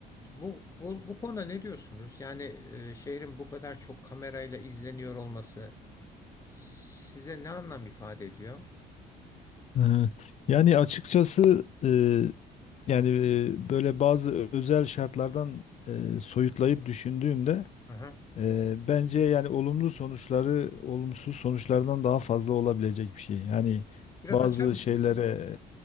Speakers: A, on the left; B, on the left.
A: bu bu, bu konuda ne diyorsunuz? Yani eee, şehrin bu kadar çok kamerayla izleniyor olması size ne anlam ifade ediyor?
B: Ee, Yani açıkçası e, yani e, böyle bazı özel şartlardan e, soyutlayıp düşündüğümde
A: Aha.
B: e, bence yani olumlu sonuçları olumsuz sonuçlardan daha fazla olabilecek bir şey. Yani
A: Biraz
B: bazı
A: açar mısınız
B: şeylere
A: bunu?